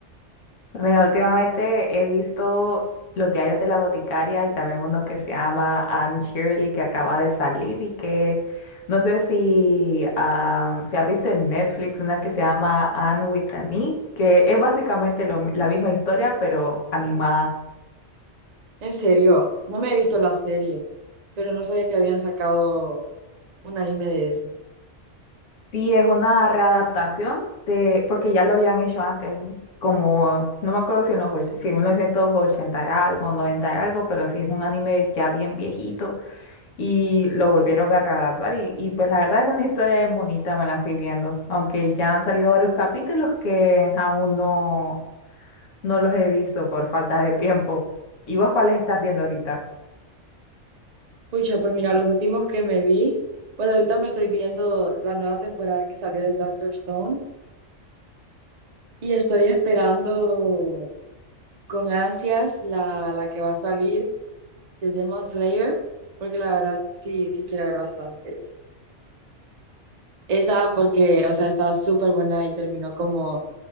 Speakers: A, on the left (about 80°); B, on the right (about 50°).
A: Pues Mira, últimamente he visto los diarios de la boticaria y también uno que se llama Anne Shirley que acaba de salir y que no sé si ah, se ha visto en Netflix una que se llama Anne with an E, que es básicamente lo mi- la misma historia pero animada.
B: En serio, no me he visto la serie, pero no sabía que habían sacado un anime de eso.
A: Sí, es una readaptación de, porque ya lo habían hecho antes, como, no me acuerdo si en los, och- si en 1980 y algo, 90 y algo, pero sí es un anime ya bien viejito y lo volvieron a readaptar y, y pues la verdad es una historia bien bonita, me la estoy viendo, aunque ya han salido varios capítulos que aún no, no los he visto por falta de tiempo. ¿Y vos cuáles estás viendo ahorita?
B: Pucha, pues mira, los últimos que me vi, bueno, ahorita me estoy viendo la nueva temporada que salió de Doctor Stone y estoy esperando. con ansias la, la que va a salir de Demon Slayer, porque la verdad sí, sí quiero ver bastante. Esa porque, o sea, estaba súper buena y terminó como